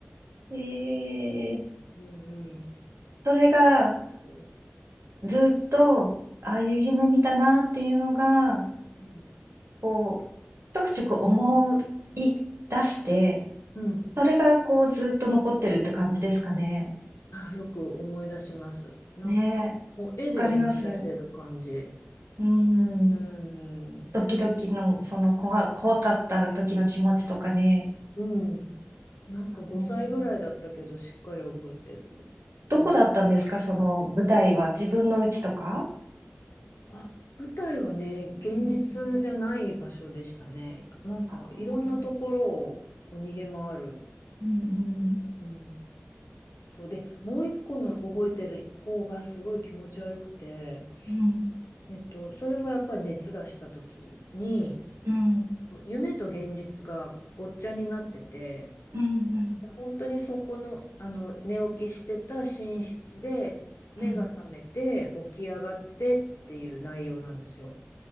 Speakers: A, on the right; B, on the left.
A: ええ
B: うんうん
A: それが、
B: うん。
A: ずっと、ああいう夢見たなっていうのが、
B: うん
A: こう、ちょくちょく思い出して、
B: うん。
A: それが、こう、ずっと残ってるって感じですかね。
B: あー、よく思い出します。なんか、
A: ねえ、わ
B: もう絵で思い出せる感じ。
A: かります。うん。
B: うん。
A: ドキドキの、その怖、怖かった時の気持ちとかね。
B: うん。なんか5歳ぐらいだったけど、
A: うん、
B: しっかり覚えてる。
A: どこだったんですか、
B: うん。
A: その舞台は。自分の家とか
B: あ、舞台はね、現実じゃない場所でしたね。
A: うんうん
B: なんか、
A: あー
B: いろんなところをこう逃げ回る。
A: うんうん
B: うん。そうで、もう一個の覚えてる方がすごい気持ち悪くて、
A: うん
B: えっと、それもやっぱり熱出した時に、
A: うん
B: 夢と現実がごっちゃになってて、
A: うんうん
B: 本当にそこの、あの寝起きしてた寝室で目が覚めて起き上がってっていう内容なんですよ。
A: うん